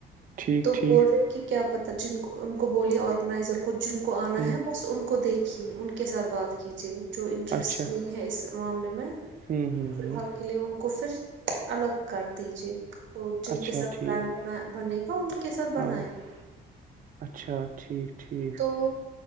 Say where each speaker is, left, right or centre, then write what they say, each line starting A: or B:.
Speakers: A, on the right (about 45°); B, on the right (about 70°).
A: ٹھیک
B: تو
A: ٹھیک
B: بول رہے کہ کیا پت جن کو ان کو بولیے آرگنائزر کو جن کو آنا
A: ہوں
B: ہے بس ان کو دیکھیے ان کو کے ساتھ بات کیجیے جو انٹرسٹ
A: اچھا
B: نہیں ہے اس معاملے میں
A: ہوں ہوں
B: سال
A: ہوں
B: کے لیے ان کو پھر الگ کر دیجیے تو جن
A: اچھا
B: کے ساتھ
A: ٹھیک
B: پلان بنا بنے گا ان کے ساتھ
A: ہاں
B: بنائے گ
A: اچھا ٹھیک ٹھیک
B: تو